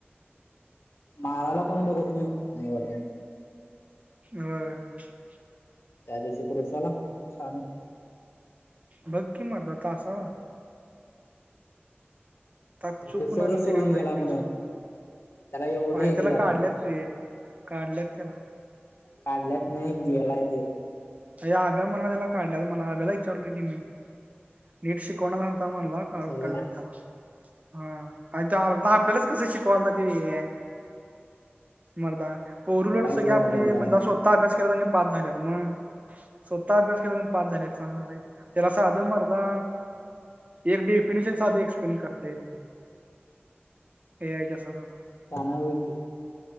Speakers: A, on the left; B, on the right.
A: माराला पण बघत नाही आणि वरणं.
B: होय.
A: त्या दिवशी क्रुशला छान
B: बघ की मारता तासाला. त्यात
A: तो
B: चुक कोणाची
A: सरच
B: होती
A: सोडून
B: काय माहीत
A: गेला म्हण
B: नाही सोड.
A: त्याला एवढं
B: नाही
A: हे
B: तेला
A: केलं आपण
B: काढलेत रे काढलेत त्याला.
A: काढल्यात नाही गेलाय त्यो.
B: अ आब्या म्हणायलेला काढल्यात म्हणला आब्याला विचारलो की मी, नीट शिकवणा झालता म्हणला. काढून
A: अरे
B: टाकलंय त्याला हा आणि ते आपल्यालाच कसं शिकवायल ते ए आय.
A: <inaudible>
B: मर्दा पोरं उलट
A: कायच
B: सगळी
A: कळण
B: आपली
A: झालत आणि
B: म्हणजे स्वतः अभ्यास केलानी पास झाल्यात मग. स्वतः अभ्यास केलात अन् पास झाल्या चांगलय. त्याला साधं मर्दा एक डेफिनेशन साधं एक्सप्लेन करता येत नाही. ए आय च्या सराला.
A: <unintelligible> होती.